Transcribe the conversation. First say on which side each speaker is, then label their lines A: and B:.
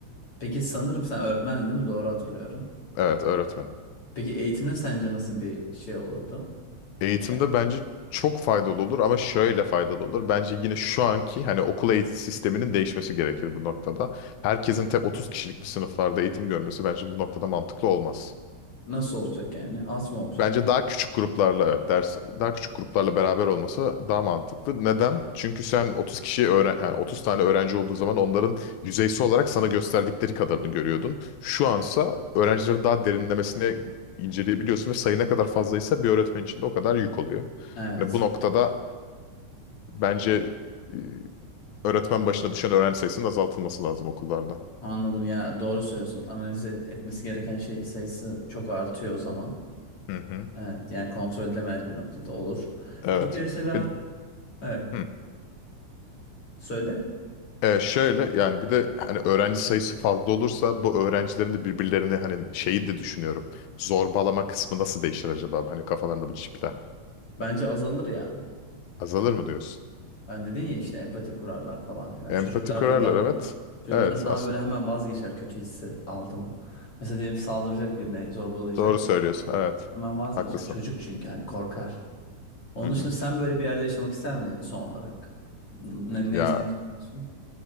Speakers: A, on the left (about 50°); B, on the left (about 80°).
A: Peki sanırım sen öğretmendin değil mi? Doğru hatırlıyorum.
B: Evet öğretmen.
A: Peki eğitimde sence nasıl bir şey olurdu?
B: Eğitimde
A: Yani
B: bence çok faydalı olur ama şöyle faydalı olur. Bence yine şu anki hani okul eğitim sisteminin değişmesi gerekir bu noktada. Herkesin tek 30 kişilik bir sınıflarda eğitim görmesi bence bu noktada mantıklı olmaz.
A: nasıl olacak yani? Az mı olacak?
B: Bence daha küçük gruplarla evet ders daha küçük gruplarla beraber olması daha mantıklı. Neden? Çünkü sen 30 kişiyi öğren yani 30 tane öğrenci olduğu zaman onların yüzeysel olarak sana gösterdikleri kadarını görüyordun. Şu ansa öğrencileri daha derinlemesine inceleyebiliyorsun ve sayı ne kadar fazlaysa bir öğretmen için de o kadar yük oluyor.
A: Evet.
B: Yani bu noktada bence e, öğretmen başına düşen öğrenci sayısının azaltılması lazım okullarda.
A: Anladım ya doğru söylüyorsun. Analiz et- etmesi gereken şey sayısı çok artıyor o zaman.
B: Hı hı.
A: Evet yani kontrol edilemez bir noktada olur.
B: Evet.
A: Peki mesela
B: Bir,
A: evet
B: hı.
A: söyle.
B: E, şöyle yani bir de hani öğrenci sayısı fazla olursa bu öğrencilerin de birbirlerini hani şeyi de düşünüyorum. Zorbalama kısmı nasıl değişir acaba? Hani kafalarında bu çiple.
A: Bence azalır ya.
B: Azalır mı diyorsun?
A: Ben dedin ya işte empati kurarlar falan filan.
B: Empati
A: Çocuklarda
B: kurarlar
A: daha
B: evet.
A: çocuklar
B: Evet
A: daha
B: aslında
A: böyle hemen vazgeçer kötü hissi aldı mı? Mesela diyelim saldıracak birine zorbalayacak.
B: doğru söylüyorsun evet.
A: Hemen vazgeçer.
B: Haklısın.
A: Çocuk çünkü hani korkar. Onun
B: Hı hı.
A: dışında sen böyle bir yerde yaşamak ister miydin son olarak? Ne, ne, ne
B: Ya
A: düşünüyorsun?